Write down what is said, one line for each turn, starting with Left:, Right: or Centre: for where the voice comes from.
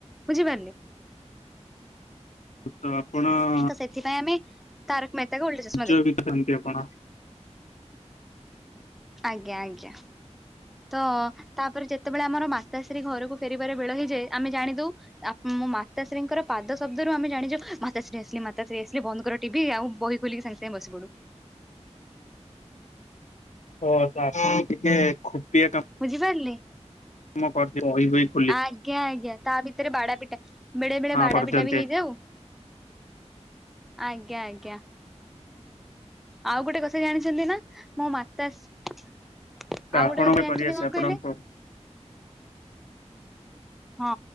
Centre: ବୁଝିପାରିଲେ।
Left: ତ ଆପଣ -
Centre: ତ ସେଥିପାଇଁ ଆମେ ତାରକ ମେହେତା କା ଓଲଟା ଚଷମା -
Left: ଯୋଉ ଦେଖୁଛନ୍ତି ଆପଣ।
Centre: ଆଜ୍ଞା ଆଜ୍ଞା। ତ ତାପରେ ଯେତେବେଳେ ଆମର ମାତାଶ୍ରୀ ଘରକୁ ଫେରିବାରେ ବେଳ ହେଇଯାଏ ଆମେ ଜାଣି ଦଉ <inaudible> ମୋ ମାତାଶ୍ରୀଙ୍କର ପାଦ ଶବ୍ଦରୁ ଆମେ ଜାଣିଯାଉ ମାତାଶ୍ରୀ ଆସିଲେ ମାତାଶ୍ରୀ ଆସିଲେ ବନ୍ଦ କର - ଟଭି ଆଉ ବହି ଖୋଲିକି ସେମିତି ବସି ପଡୁ।
Left: ହଁ ଆସିକି ଟିକେ ଖୁପିଆ କାମ - <unintelligible>
Centre: ବୁଝିପାରିଲେ।
Left: <unintelligible> କରିଛି ରହିବେ -
Centre: ଆଜ୍ଞା ଆଜ୍ଞା ତା ଭିତରେ ବାଡା ପିଟା ବେଳେ ବେଳେ
Left: ହଁ
Centre: ବାଡା
Left: କରିଦିଅନ୍ତେ
Centre: ପିଟା ବି ହେଇଯାଉ। ଆଜ୍ଞା ଆଜ୍ଞା। ଆଉ ଗୋଟେ କଥା ଜାଣିଛନ୍ତି ନା ମୋ ମାତାଶ୍ରୀ
Left: ତ
Centre: ଆଉ
Left: ଆପଣ
Centre: ଗୋଟେ କଥା ଜାଣିଛନ୍ତି
Left: କରି ଆସେ
Centre: କଣ
Left: ଆପଣଙ୍କ
Centre: କହିଲେ? ହଁ